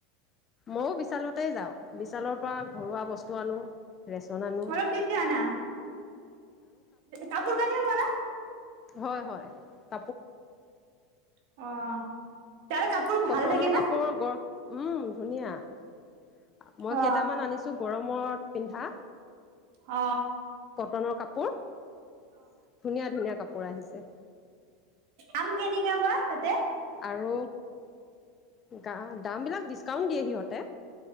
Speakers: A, on the left; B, on the right.
A: ময় বিশালতে যাওঁ বিশালৰ পৰা ঘৰুৱা বস্তু আনো ৰেচন আনো
B: আৰু কি ক ন কাপোৰ কনেলোৱা না
A: হয় হয় ত
B: অ তাৰে কাপোৰ
A: কটনৰ
B: ভাল থাকে না
A: কাপোৰ গ উম, ধুনীয়া। মই
B: অ
A: কেইটামান আনিছো গৰম। ত পিন্ধা।
B: হ
A: কটনৰ কাপোৰ। ধুনীয়া-ধুনীয়া কাপোৰ। পৰা আহিছে।
B: আম কেনেকে বা তাতে
A: আৰু গা দামবিলাক ডিচকাউণ্ট দিয়ে সিহঁতে।